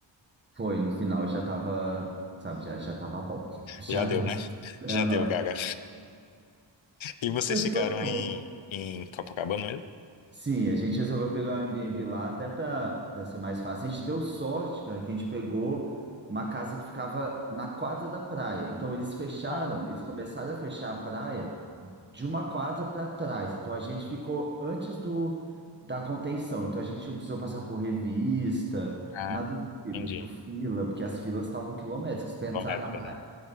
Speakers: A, on the right; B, on the left.
A: Foi, no final já tava, sabe, já, já tava bom. <laughs> Já
B: Já
A: não...
B: deu, né?
A: Aham.
B: Já deu, Gaga. E vocês
A: Mas
B: ficaram
A: foi bom.
B: em, em Copacabana
A: Sim, a gente resolveu pegar um Airbnb lá até para ser mais fácil. A gente deu sorte, cara, que a gente pegou uma casa que ficava na quadra da praia. Então eles fecharam,
B: mesmo?
A: eles começaram a fechar a praia de uma quadra para trás. Então a gente ficou antes do da contenção. Então a gente não precisou passar por revista,
B: Ah,
A: nada do tipo,
B: entendi.
A: tipo fila, porque as filas estavam quilométricas para entrar
B: Correto,
A: na praia.
B: Pedro.